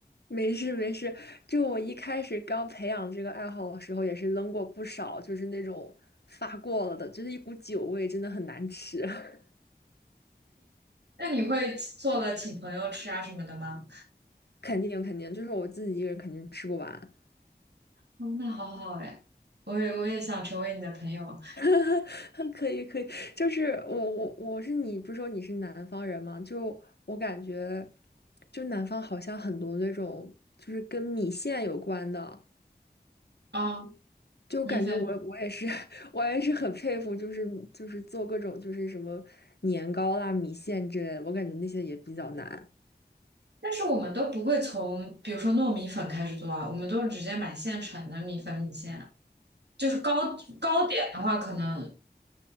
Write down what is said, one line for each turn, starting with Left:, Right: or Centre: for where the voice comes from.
Left: 没事没事，就我一开始刚培养这个爱好的时候，也是扔过不少，就是那种发过了的，就是一股酒味，真的很难吃。<laughs>
Right: 那你会做了请朋友吃啊什么的吗？
Left: 肯定肯定，就是我自己一个人肯定吃不完。
Right: 哦，那好好哎，我也我也想成为你的朋友啊。
Left: <laughs> 可以可以，就是我我我是你，不是说你是南方人吗？就我感觉，就南方好像很多那种就是跟米线有关的。
Right: 嗯，
Left: 就感觉我我也是
Right: 米粉
Left: <laughs> 我也是很佩服，就是就是做各种就是什么年糕啦、米线之类的，我感觉那些也比较难。
Right: 但是我们都不会从，比如说糯米粉开始做啊，我们都是直接买现成的米粉米线。就是糕糕点的话，可能